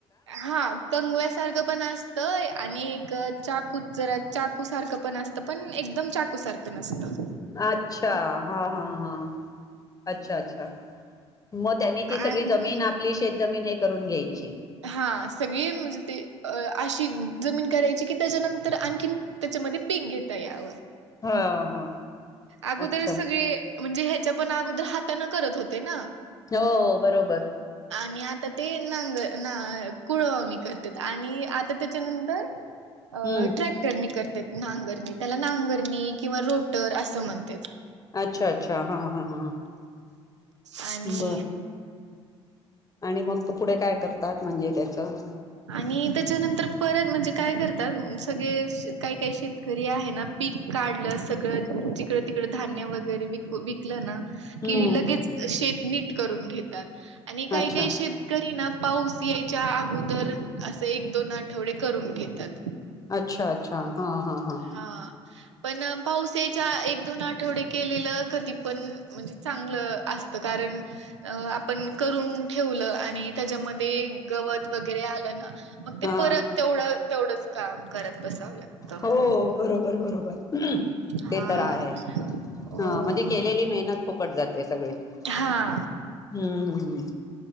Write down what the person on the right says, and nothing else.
हा कंगव्यासारखं पण असतंय आणि एक चाकूत जरा चाकूसारखं पण असतं पण एकदम चाकूसारखं नसतं.
आणि
हा सगळी म्हणजे ते अ अशी जमीन करायची की त्याच्यानंतर आणखीन त्याच्यामध्ये पीक घेता यावं.
अगोदर
सगळे म्हणजे ह्या च्या पण अगोदर हातानं करत होते ना.
आणि आता ते नांग ना कुळवणी करतेत आणि आता त्याच्यानंतर अ
ट्रॅक्टरनी कर तेत नांगरणी त्याला नांगरणी किंवा रोटर असं म्हणतेत.
आणि
आणि त्याच्यानंतर परत म्हणजे काय करतात सगळे शे काही काही शेतकरी आहे ना पीक काढलं सगळं जिकडं-तिकड धान्य वगैरे विक-विकलं ना
कि लगेच शेत नीट करून घेतात. आणि काही
काही शेतकरी ना पाऊस यायच्या अगोदरच असं एक, दोन आठवडे करून घेतात.
हा पण पाऊस यायच्या एक, दोन आठवडे केलेलं कधी पण म्हणजे चांगलं असत, कारण अ आपण करून ठेवलं आणि त्याच्यामध्ये गवत वगैरे आलं ना. मग ते
परत तेवढं तेवढंच काम. करत बसावं लागतं
हा
हो
हा